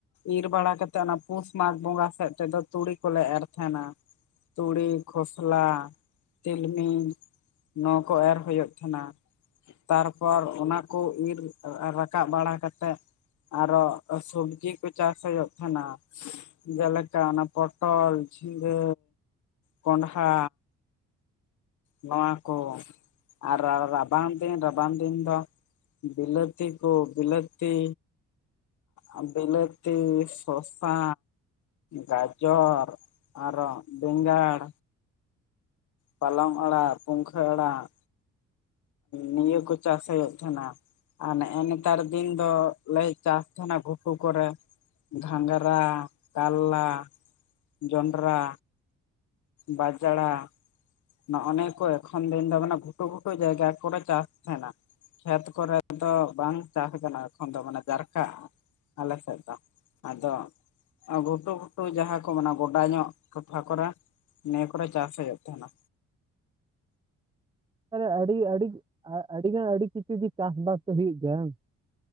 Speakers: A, on the left (about 75°); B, on the right (about 15°).
A: ᱤᱨ ᱵᱟᱲᱟᱛᱮᱫ ᱚᱱᱟ ᱯᱩᱥ ᱢᱟᱜᱽ ᱵᱚᱸᱜᱟ ᱥᱮᱫ ᱛᱮᱫᱚ ᱛᱩᱲᱤ ᱠᱚᱞᱮ ᱮᱨ ᱛᱟᱦᱮᱸᱱᱟ ᱾ ᱛᱩᱲᱤ, ᱠᱷᱚᱥᱞᱟ, ᱛᱤᱞᱢᱤᱧ ᱾ ᱱᱚᱭᱟ ᱠᱚ ᱮᱨ ᱦᱩᱭᱩᱜ ᱛᱟᱦᱮᱱᱟ ᱾ ᱛᱟᱨᱯᱚᱨ ᱚᱱᱟ ᱠᱚ ᱤᱨ ᱨᱟᱠᱟᱵ ᱵᱟᱲᱟ ᱠᱟᱛᱮᱫ ᱟᱨᱚ, ᱥᱚᱵᱽᱡᱤ ᱠᱚ ᱪᱟᱥ ᱦᱳᱭᱳᱜ ᱛᱟᱦᱮᱱᱟ᱾ ᱡᱮᱞᱮᱠᱟ ᱚᱱᱟ ᱯᱚᱴᱚᱞ, ᱡᱷᱤᱸᱜᱟᱹ, ᱠᱚᱸᱰᱦᱟ, ᱱᱚᱣᱟ ᱠᱚ ᱟᱨ ᱟᱨ ᱨᱟᱵᱟᱝ ᱫᱤᱱ ᱨᱟᱵᱟᱝ ᱫᱤᱱ ᱫᱚ ᱵᱤᱞᱟᱹᱛᱤ ᱠᱚ ᱵᱤᱞᱟᱹᱛᱤ ᱟᱜ ᱵᱤᱞᱟᱹᱛᱤ, ᱥᱳᱥᱟ ᱜᱟᱡᱚᱨ ᱟᱨᱚ ᱵᱮᱸᱜᱟᱲ, ᱯᱟᱞᱚᱝ ᱟᱲᱟᱜ, ᱯᱩᱝᱠᱷᱟᱹ ᱟᱲᱟᱜ, ᱱᱤᱭᱟᱹ ᱠᱚ ᱪᱟᱥ ᱦᱳᱭᱩᱜ ᱛᱟᱦᱮᱱᱟ᱾ ᱟᱨ ᱱᱮᱜ ᱮ ᱱᱮᱛᱟᱨ ᱫᱤᱱ ᱫᱚ ᱞᱮ ᱪᱟᱥ ᱛᱟᱦᱮᱱᱟ ᱜᱷᱩᱴᱩ ᱠᱚᱨᱮ᱾ ᱜᱷᱟᱸᱜᱨᱟ, ᱠᱟᱞᱞᱟ, ᱡᱚᱱᱰᱨᱟ, ᱵᱟᱡᱽᱲᱟ ᱱᱚᱜ ᱮ ᱱᱤᱭᱟᱹ ᱠᱚ ᱮᱠᱷᱚᱱ ᱫᱤᱱ ᱫᱚ ᱢᱟᱱᱮ ᱜᱷᱩᱴᱩ ᱜᱷᱩᱴᱩ ᱡᱟᱭᱜᱟ ᱠᱚᱨᱮ ᱪᱟᱥ ᱛᱟᱦᱮᱱᱟ᱾ ᱠᱷᱮᱛ ᱠᱚᱨᱮᱫ ᱫᱚ ᱵᱟᱝ ᱪᱟᱥ ᱟᱠᱟᱱᱟ ᱮᱠᱷᱚᱱ ᱫᱚ ᱢᱟᱱᱮ ᱡᱟᱨᱠᱟᱜ-ᱟ᱾ ᱟᱞᱮ ᱥᱮᱫ ᱫᱚ ᱟᱫᱚ ᱜᱷᱩᱴᱩ ᱜᱷᱩᱴᱩ ᱡᱟᱦᱟᱸ ᱠᱚ ᱢᱮᱱᱟ ᱜᱚᱰᱟ ᱧᱚᱜ ᱛᱷᱚᱯᱷᱟ ᱠᱚᱨᱮ ᱱᱮᱭᱟᱹ ᱠᱚᱨᱮ ᱪᱟᱥ ᱦᱳᱭᱳᱜ ᱛᱟᱦᱮᱱᱟ᱾
B: ᱛᱟᱦᱚᱞᱮ ᱟᱹᱰᱤ-ᱟᱹᱰᱤ ᱟᱹᱰᱤ-ᱟᱹᱰᱤ ᱜᱟ ᱟᱹᱰᱤ ᱠᱤᱪᱷᱩ ᱜᱤ ᱪᱟᱥ ᱵᱟᱥ ᱫᱚ ᱦᱩᱭᱩᱜ ᱜᱮᱭᱟ᱾